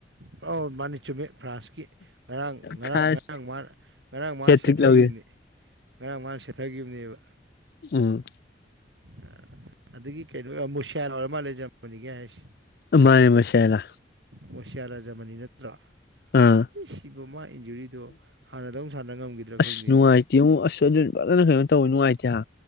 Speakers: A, on the right; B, on the left.
A: ꯑꯣ ꯃꯥꯅꯤ ꯆꯨꯝꯃꯦ ꯐ꯭ꯔꯥꯟꯁꯀꯤ ꯉꯔꯥꯡ ꯉꯔꯥꯡ
B: ꯐ꯭ꯔꯥꯟꯁ
A: ꯉꯔꯥꯡ ꯃꯥꯅ ꯉꯔꯥꯡ ꯃꯥꯅ
B: ꯍꯦꯇ꯭ꯔꯤꯛ
A: ꯁꯦꯠꯊꯈꯤꯕꯅꯤ
B: ꯂꯧꯋꯤ
A: ꯉꯔꯥꯡ ꯃꯥꯅ ꯁꯦꯠꯊꯈꯤꯕꯅꯦꯕ
B: ꯎꯝ
A: ꯑ ꯑꯗꯨꯒꯤ ꯀꯩ ꯃꯨꯁꯤꯌꯥꯜ ꯑꯣꯏꯔ ꯑꯃꯜ ꯂꯩꯖꯝꯕꯅꯤꯒ ꯍꯥꯏꯁꯦ
B: ꯃꯥꯅꯦ ꯃꯁꯥꯂ
A: ꯑꯣꯁꯤꯌꯥ ꯔꯥꯖꯃꯅꯤ ꯅꯠꯇ꯭ꯔꯥ
B: ꯑꯥ
A: ꯑꯦ ꯁꯤꯕ ꯃꯥ ꯏꯟꯖꯨꯔꯤꯗꯣ ꯍꯥꯟꯅꯗꯧ ꯁꯥꯟꯅ ꯉꯝꯈꯤꯗ꯭ꯔꯥ
B: ꯑꯁ
A: ꯈꯪꯗꯦꯅꯤ
B: ꯅꯨꯡꯉꯥꯏꯇꯦꯉꯣ ꯑꯁ ꯑꯗꯨ ꯐꯖꯅ ꯀꯩꯅꯣ ꯇꯧꯋꯤ ꯅꯨꯡꯉꯥꯏꯇꯦ ꯍꯥ